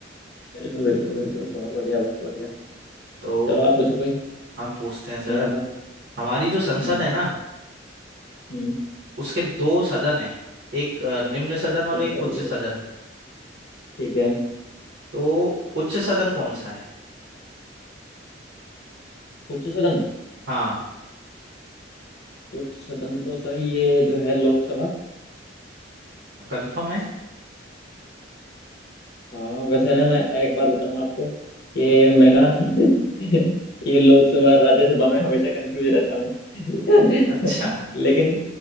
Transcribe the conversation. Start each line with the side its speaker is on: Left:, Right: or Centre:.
Left: बिल्कुल बिल्कुल बिल्कुल बहुत बढ़िया बहुत बढ़िया
Right: तो
Left: चलो आप पूछो कोई
Right: हम पूछते हैं सर
Left: नया सा
Right: हमारी जो संसद
Left: हम्म
Right: है ना
Left: हम्म
Right: उसके दो सदन है एक अ, निम्न सदन और
Left: संसद
Right: एक उच्च
Left: के
Right: सदन
Left: ठीक है
Right: तो उच्च सदन कौन सा है
Left: उच्च सदन
Right: हाँ
Left: उच्च सदन तो सर ये जो है लोकसभा
Right: कंफर्म
Left: हाँ वैसे ना मैं एक बात बताऊँ आपको कि
Right: है
Left: मैं ना <laughs> ये लोकसभा और राज्यसभा में हमेशा कंफ्यूज रहता हूँ <laughs>
Right: अच्छा
Left: लेकिन